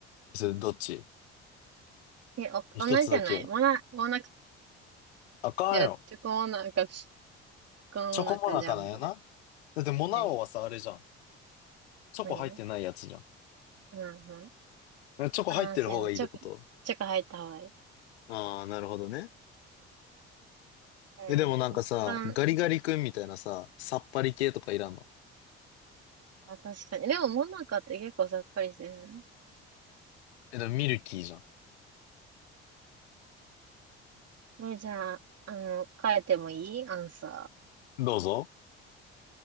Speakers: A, on the left (about 85°); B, on the right (about 50°).
A: ー、それどっち
B: え、お、
A: 一つだけよ。
B: 同じじゃないモナ、モナカ、
A: あかんよ。
B: いや、チョコモナカ、チョコモナカジャンボで。
A: チョコモナカなんやな。だってモナオはさ、
B: はい。
A: あれじゃん。チョコ入ってないやつじゃん。
B: 何うんう
A: チョコ入ってる方がいいってこと
B: ん。ああ、そうやな。チョコ、チョコ入った方がいい。
A: ああー、なるほどね。
B: うん。
A: え、でもなんかさ、
B: 一番、
A: ガリガリ君みたいなさ、さっぱり系とかいらんの
B: あ、確かに。でも、モナカって結構さっぱりしてる
A: え、でもミルキーじゃ
B: な。え、じゃあ、あの、変えてもいいアンサー。
A: ん。どうぞ。